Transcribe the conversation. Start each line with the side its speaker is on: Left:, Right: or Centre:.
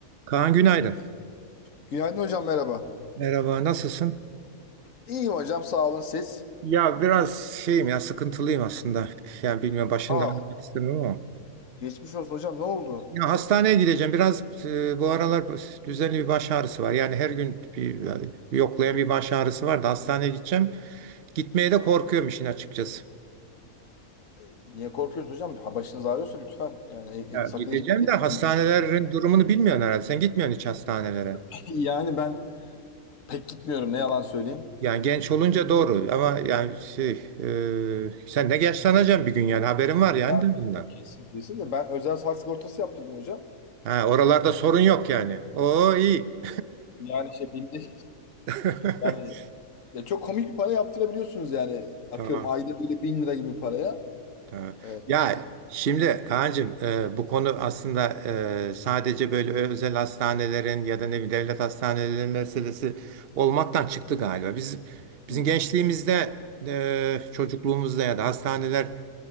Right: Kaan günaydın.
Left: Günaydın hocam merhaba.
Right: Merhaba, nasılsın?
Left: İyiyim hocam sağ olun siz.
Right: Ya biraz şeyim ya sıkıntılıyım aslında. Yani bilmiyorum başında
Left: Aa,
Right: anlatmak istemiyorum ama.
Left: geçmiş olsun hocam ne oldu?
Right: Ya hastaneye gideceğim. Biraz e, bu aralar düzenli bir baş ağrısı var. Yani her gün bir yani yoklayan bir baş ağrısı var da hastaneye gideceğim. Gitmeye de korkuyorum işin açıkçası.
Left: E, niye korkuyorsunuz hocam? Ha, başınız ağrıyorsa lütfen yani e,
Right: Ya
Left: e, sakın
Right: gideceğim
Left: ihmal etmeyin.
Right: de hastanelerin durumunu bilmiyorsun herhalde. Sen gitmiyorsun hiç hastanelere.
Left: <laughs> Yani ben pek gitmiyorum ne yalan söyleyeyim.
Right: Yani genç olunca doğru ama yani şey, e, sen de yaşlanacaksın bir gün yani haberin var yani
Left: Ya,
Right: bundan.
Left: kesin kesin de ben özel sağlık sigortası yaptırdım hocam.
Right: Ha, oralarda sorun yok yani. Oo iyi.
Left: Yani şey binde
Right: <laughs>
Left: yani ya çok komik bir para yaptırabiliyorsunuz yani. Atıyorum
Right: Tamam.
Left: ayda böyle bin lira gibi paraya.
Right: Tabii.
Left: Evet,
Right: Ya
Left: e,
Right: şimdi Kaan'cığım e, bu konu aslında e, sadece böyle özel hastanelerin ya da ne bileyim devlet hastanelerinin meselesi olmaktan çıktı galiba. Biz bizim
Left: hmm.
Right: gençliğimizde e, çocukluğumuzda ya da hastaneler